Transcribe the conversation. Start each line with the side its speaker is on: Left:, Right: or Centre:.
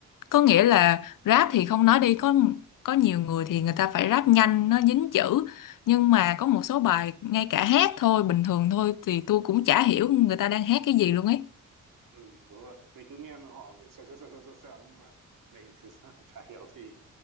Left: có nghĩa là rap thì không nói đi có có nhiều người thì người ta phải rap nhanh nó dính chữ nhưng mà có một số bài ngay cả hát thôi bình thường thôi thì tôi cũng chả hiểu người ta đang hát cái gì luôn ấy
Right: Ừ, đúng rồi mình cứ nghe họ kiểu xèo xèo xèo xèo xèo xèo, nhưng mà mình <laughs> thực ra là chả hiểu gì